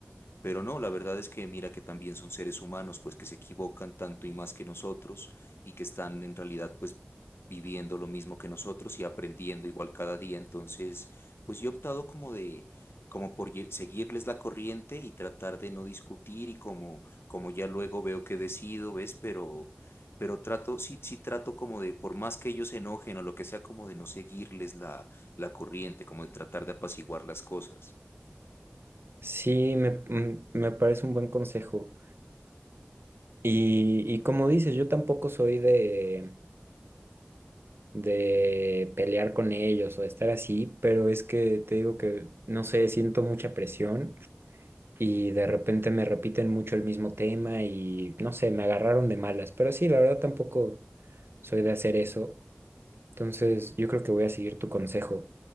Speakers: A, on the left (about 80°); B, on the right (about 70°).
A: Pero no, la verdad es que mira que también son seres humanos, pues que se equivocan tanto y más que nosotros y que están en realidad pues viviendo lo mismo que nosotros y aprendiendo igual cada día. Entonces, pues yo he optado como de, como por ye- seguirles la corriente y tratar de no discutir y como, como ya luego veo que decido, ¿ves? Pero, pero trato, sí, sí trato como de, por más que ellos se enojen o lo que sea, como de no seguirles la, la corriente, como de tratar de apaciguar las cosas.
B: Sí, me, mm, me parece un buen consejo. Y, y como dices, yo tampoco soy de, de pelear con ellos o de estar así, pero es que te digo que, no sé, siento mucha presión y de repente me repiten mucho el mismo tema y no sé, me agarraron de malas, pero sí, la verdad tampoco soy de hacer eso, entonces yo creo que voy a seguir tu consejo,